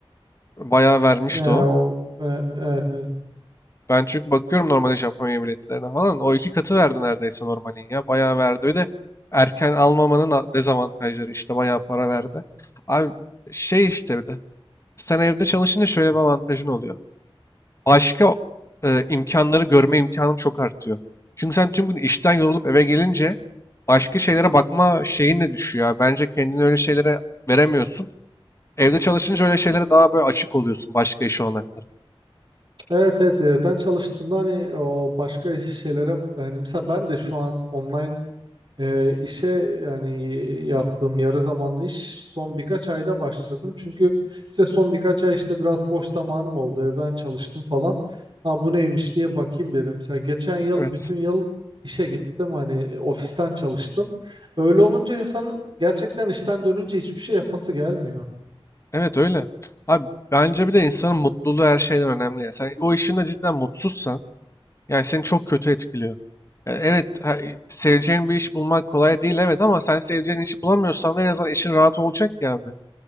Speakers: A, on the left; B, on the right.
A: Bayağı vermişti
B: Ya
A: o.
B: o e, evet evet.
A: Ben çünkü bakıyorum normalde Japonya biletlerine falan. O iki katı verdi neredeyse normalin ya. Bayağı verdi. Bir de erken almamanın a- dezavantajları işte bayağı para verdi. Abi şey işte bir de sen evde çalışınca şöyle bir avantajın oluyor. başka e, imkanları görme imkanın çok artıyor. Çünkü sen tüm gün işten yorulup eve gelince başka şeylere bakma şeyin de düşüyor. ya. Bence kendini öyle şeylere veremiyorsun. Evde çalışınca öyle şeylere daha böyle açık oluyorsun başka iş olanaklarına.
B: Evet evet evden çalıştığında hani o başka şeylere hani mesela ben de şu an online Ee, işe yani yaptığım yarı zamanlı iş son birkaç ayda başladım. Çünkü işte son birkaç ay işte biraz boş zamanım oldu. Evden çalıştım falan. Ha bu neymiş diye bakayım dedim. Mesela geçen yıl
A: Evet.
B: bütün yıl işe gittim. Hani e, ofisten çalıştım. Öyle olunca insanın gerçekten işten dönünce hiçbir şey yapası gelmiyor.
A: Evet öyle. Abi bence bir de insanın mutluluğu her şeyden önemli ya. Sen o işinde cidden mutsuzsan yani seni çok kötü etkiliyor. Ya Evet, ha, e, seveceğin bir iş bulmak kolay değil evet ama sen seveceğin işi bulamıyorsan da en azından işin rahat olacak ya abi.